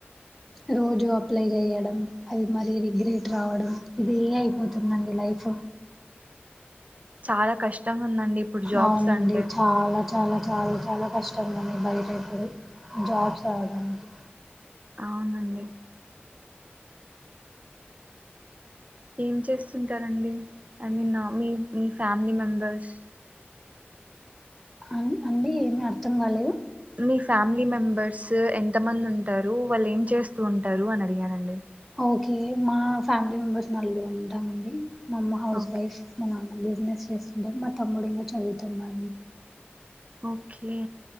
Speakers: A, in the centre; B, on the right.
A: రోజు అప్లై చేయడం అది మరి రిగ్రెట్ రావడం ఇది అయిపోతుందండి లైఫ్
B: చాల కష్టంగా ఉందండి ఇప్పుడు జాబ్స్
A: అవునండి
B: అంటే
A: చాలా చాలా చాలా చాలా కష్టంగానీ బయట ఇప్పుడు జాబ్స్ రావడానికి
B: అవునండి ఏం చేస్తుంటారండి ఐ మీన్ నా మీ మీ ఫ్యామిలీ మెంబర్స్
A: అన్ అండి ఏమి అర్థం కాలేదు
B: మీ ఫ్యామిలీ మెంబర్స్ ఎంత మంది ఉంటారు వాళ్ళు ఏం చేస్తూ ఉంటారు అని అడిగానండి
A: ఓకే మా ఫ్యామిలీ మెంబర్స్ నలుగురం ఉంటామండి మమ్మ హౌస్
B: ఓకే
A: వైఫ్ మా నానా బిజినెస్ చేస్తుండే మా తమ్ముడెమో చదువుతున్నా
B: ఓకే